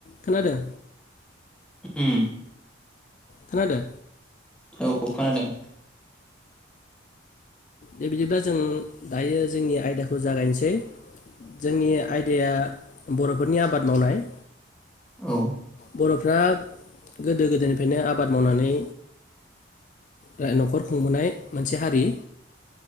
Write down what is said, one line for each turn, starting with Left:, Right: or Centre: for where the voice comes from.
Left: खोनादों
Centre: उम
Left: खोनादों
Centre: औ खोनादों।
Left: दे बिदिब्लाा जों दायो जोंनि आयदाखौ जागायनोसै जोंनि आयदाया बर'फोरनि आबाद मावनाय।
Centre: औ
Left: बर'फ्रा गोदो गोदायनिफ्रायनो आबाद मावनानै रा न'खर खुंबोनाय मोनसे हारि।